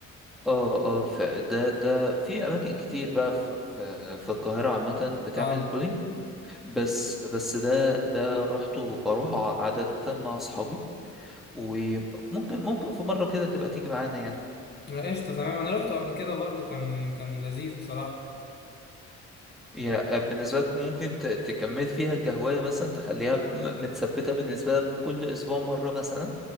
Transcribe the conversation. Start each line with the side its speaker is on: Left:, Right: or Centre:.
Centre: اه اه فده ده في أماكن كتير بقى في في في القاهرة عامة بتعمل
Left: اه
Centre: بولينج بس بس ده ده رحته بروح عادة مع أصحابي وممكن ممكن في مرة كده تبقى تيجي معانا يعني
Left: آه، قشطة تمام أنا روحته قبل كده برضه كان كان لذيذ بصراحة
Centre: هي بالنسبة لك ممكن ت- تكمل فيها كهواية مثلا تخليها م- متثبتة بالنسبة لك كل أسبوع مرة مثلا